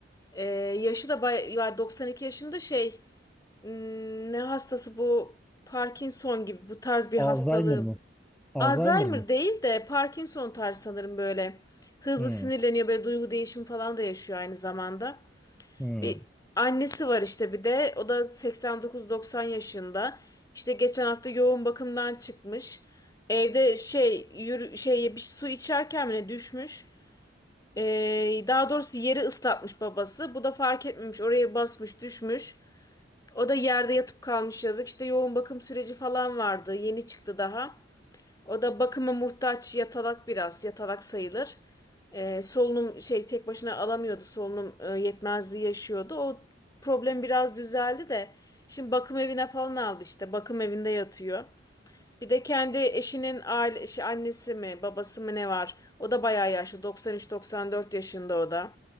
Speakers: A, on the left; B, in the centre.
A: E, yaşı da bay var 92 yaşında şey hmm, ne hastası bu Parkinson gibi bu tarz bir
B: Alzheimer
A: hastalığı
B: mı? Alzheimer
A: Alzheimer
B: mı?
A: değil de Parkinson tarzı sanırım böyle. Hızlı
B: Hmm.
A: sinirleniyor böyle duygu değişimi falan da yaşıyor aynı zamanda.
B: Hmm.
A: Bir annesi var işte bir de o da 89-90 yaşında. İşte geçen hafta yoğun bakımdan çıkmış. Evde şey yürü, şey bir su içerken bile düşmüş. Ee, daha doğrusu yeri ıslatmış babası. Bu da fark etmemiş oraya basmış düşmüş. O da yerde yatıp kalmış yazık. İşte yoğun bakım süreci falan vardı. Yeni çıktı daha. O da bakıma muhtaç yatalak biraz yatalak sayılır. Ee, solunum şey tek başına alamıyordu solunum e, yetmezliği yaşıyordu. O problem biraz düzeldi de şimdi bakım evine falan aldı işte bakım evinde yatıyor. Bir de kendi eşinin aile, şey, annesi mi babası mı ne var? O da bayağı yaşlı 93-94 yaşında o da.